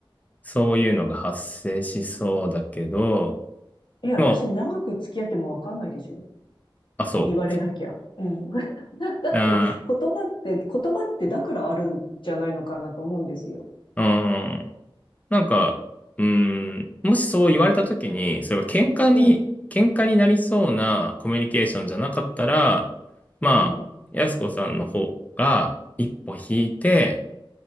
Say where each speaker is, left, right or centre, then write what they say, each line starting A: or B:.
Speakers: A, on the left; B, on the left.
A: そういうのが発生しそうだけど、
B: え、私長く付き合ってもわかんないですよ。
A: でもう、あ、そ
B: 言われなきゃ。うん。<laughs> だって言葉って、
A: う。<laughs> あ
B: 言葉ってだからあるんじゃないのかなと思うんですよ。
A: ー、うん。なんか、うーん、もしそう言われた時に、それが喧嘩に、
B: うん。
A: 喧嘩になりそうなコミュニケーションじゃなかったら、まあ、
B: うん。
A: やすこさんの方が一歩引いて、